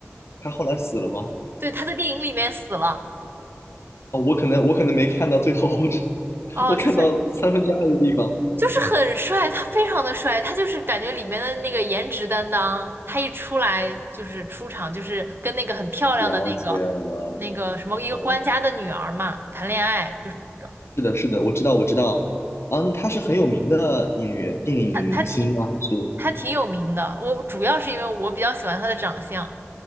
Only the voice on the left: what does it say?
他后来死了吗？
哦，我可能我可能没看到最后，我只
我看到三分之二的地方。
了解了，
懂了。
是的，是的，我知道，我知道。嗯，他是很有名的演员、电影明星吗？
还是